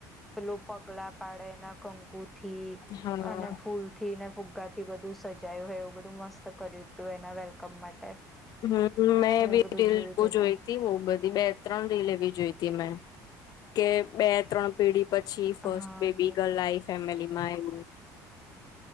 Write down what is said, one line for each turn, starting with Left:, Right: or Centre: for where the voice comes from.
Centre: પેલું પગલા પાડે એના કંકુ થી
Left: હા
Centre: અને ફૂલ થી ને ફુગ્ગા થી બધું સજાયું હોય એવું બધું મસ્ત કર્યું હતું એના વેલકમ માટે
Left: હમ મેં
Centre: એવું
Left: બી
Centre: બધું
Left: રીલ
Centre: જોયું
Left: બઉ
Centre: તું
Left: જોઈ.
Centre: મેં
Left: તી હુ બધી બે ત્રણ રી લેવી જોઈ ત મેં કે બે ત્રણ પેઢી પછી ફર્સ્ટ
Centre: હા
Left: બેબી
Centre: મેં
Left: ગર્લ આઈ ફેમિલીમાં એવું,